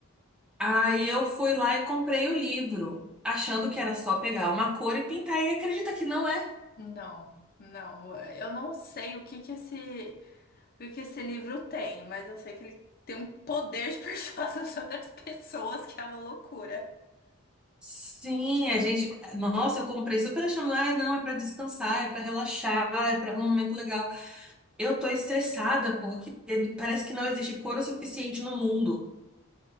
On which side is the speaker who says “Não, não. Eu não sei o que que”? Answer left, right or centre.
Left